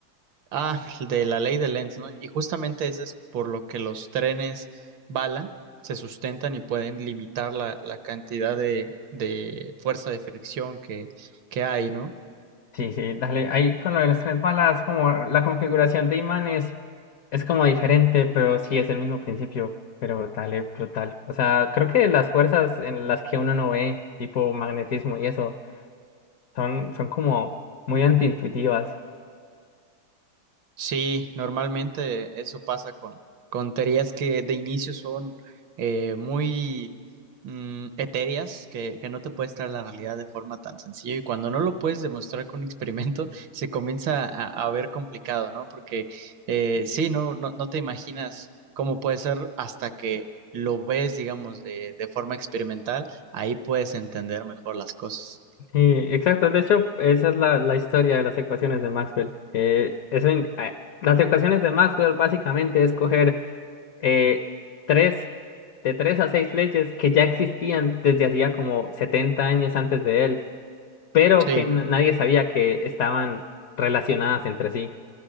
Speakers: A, on the right; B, on the left.
A: Ah, de la ley de Lenz, ¿no? Y justamente eso es por lo que los trenes bala se sustentan y pueden limitar la, la cantidad de, de fuerza de fricción que, que hay, ¿no?
B: Sí, sí, dale. Ahí con lo de las tres balas, como la configuración de imanes es como diferente, pero sí es el mismo principio. Pero dale, brutal. O sea, creo que las fuerzas en las que uno no ve, tipo magnetismo y eso, son, son como muy antiintuitivas.
A: Sí, normalmente eso pasa con, con teorías que de inicio son eh, muy mm, etéreas, que, que no te puedes traer a la realidad de forma tan sencilla y cuando no lo puedes demostrar con un experimento, <laughs> se comienza a, a ver complicado, ¿no? Porque eh, sí, no, no, no te imaginas cómo puede ser hasta que lo ves, digamos, de, de forma experimental, ahí puedes entender mejor las cosas.
B: Sí, exacto. De hecho, esa es la, la historia de las ecuaciones de Maxwell. Eh, eso, in- eh, las ecuaciones de Maxwell básicamente es coger eh, tres, de tres a seis leyes que ya existían desde hacía como 70 años antes de él, pero
A: Sí.
B: que n- nadie sabía que estaban relacionadas entre sí.